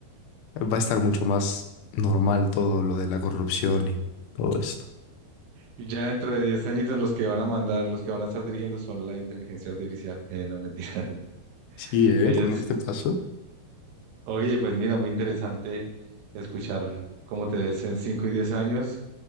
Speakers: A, on the left; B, on the right.
A: va a estar mucho más normal todo lo de la corrupción y todo esto.
B: Y ya dentro de diez añitos los que van a mandar, los que van a estar dirigiendo son la inteligencia artificial. Eh, no, mentira.
A: Sí,
B: <laughs>
A: ¿eh?
B: Ellos,
A: Con este paso.
B: oye, pues mira, muy interesante escuchar cómo te ves en 5 y 10 años,